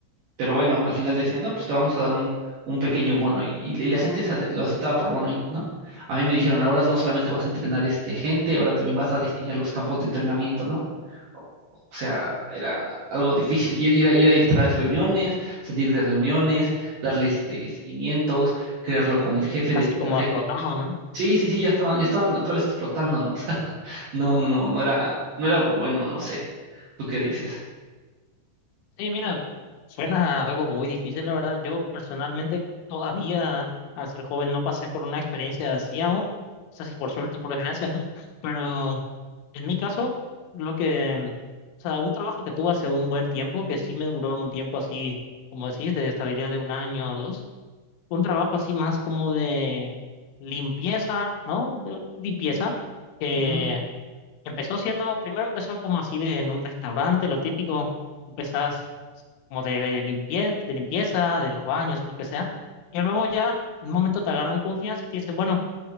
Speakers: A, on the right; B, on the left.
A: Pero bueno, al final decían, no, pues te vamos a dar un, un pequeño bono. Y, y la gente se ace- lo aceptaba por bono, y- ¿no? A mí me dijeron, ahora no solamente vas a entrenar este gente, ahora también vas a diseñar los campos de entrenamiento, ¿no? O o sea, era algo difícil. Y era, y era entrar a reuniones, salir de reuniones, darle este seguimientos, crearlo con el jefe, decirle
B: casi como
A: al jefe.
B: explotado, ¿no?
A: Sí, sí, sí, ya estaban, ya estaban otra vez explotándonos. <laughs> No, no, no, no era, no era bueno, no sé. ¿Tú qué dices?
B: Sí, mira, suena algo muy difícil, la verdad. Yo personalmente todavía, al ser joven, no pasé por una experiencia así aún. O sea, si por suerte, por desgracia, ¿no? <laughs> Pero en mi caso, lo que, o sea, un trabajo que tuve hace un buen tiempo, que sí me duró un tiempo así, como decís, de estabilidad de un año o dos, un trabajo así más como de limpieza, ¿no? Limpieza, que
A: Ujú,
B: Empezó siendo, primero empezó como así de, en un restaurante, lo típico, empezás como de, de limpie- de limpieza, de los baños, o lo que sea, y luego ya, en un momento te agarran confianza y te dicen, bueno,